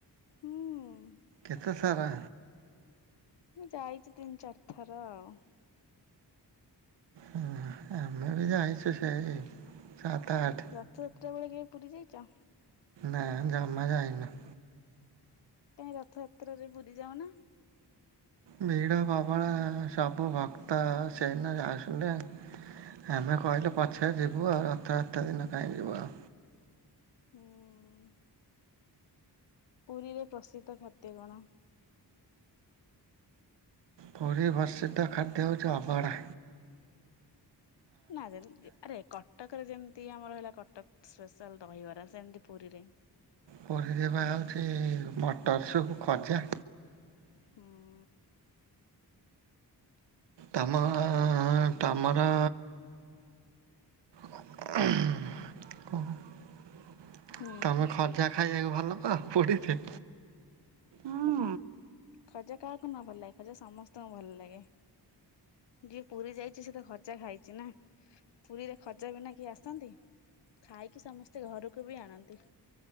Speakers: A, on the left; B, on the right.
A: ହୁଁ।
B: କେତେ ଥର।
A: ମୁଁ ଯାଇଛି ତିନି ଚାରି ଥର ଆଉ।
B: ହଁ ଆମେ ବି ଯାଇଛୁ ସେଇ ସାତ ଆଠ
A: ରଥଯାତ୍ର ବେଳେ କେବେ ପୁରୀ ଯାଇଛ?
B: ନାଇଁ ଜମା ଯାଇନୁ।
A: ତମେ ରଥଯାତ୍ରାରେ ପୁରୀ ଯାଉନା।
B: ଭିଡ଼ ପ୍ରବଳ ସବୁ ଭକ୍ତ ସେମାନେ ଆସୁଛନ୍ତି ଆଉ। ଆମେ କହିଲୁ ପଛରେ ଯିବୁ ଆଉ। ରଥ ଯାତ୍ରା ଦିନ କାହିଁ ଯିବୁ ଆଉ।
A: ହୁଁ ପୁରୀରେ ପ୍ରସିଦ୍ଧ ଖାଦ୍ୟ କଣ?
B: ପୁରୀ ପ୍ରସିଦ୍ଧ ଖାଦ୍ୟ ହଉଛି ଅଭଡା।
A: ନା ରେ ଆରେ କଟ କଟକରେ ଯେମିତି ଆମର ହେଲା କଟକ ସ୍ପେଶାଲ୍ ଦହିବରା। ସେମିତି ପୁରୀରେ
B: ପୁରୀ ରେ ପା ହେଉଛି ମଟର ସୁପ୍, ଖଜା।
A: ହୁଁ
B: ତମ ତମର <unintelligible>
A: ହୁଁ
B: ତମେ ଖଜା ଖାଇବାକୁ ଭଲ ପାଅ ପାଡ଼ି ରେ? ହଁ
A: ଖଜା କାହାକୁ ନ ଭଲ ଲାଗେ। ଖଜା ସମସ୍ତଙ୍କୁ ଭଲ ଲାଗେ। ଯିଏ ପୁରୀ ଯାଇଛି ସେ ତ ଖଜା ଖାଇଛି ନା। ପୁରୀରେ ଖଜା ବିନା କିଏ ଆସନ୍ତି? ଖାଇକି ସମସ୍ତେ ଘରକୁ ବି ଆଣନ୍ତି।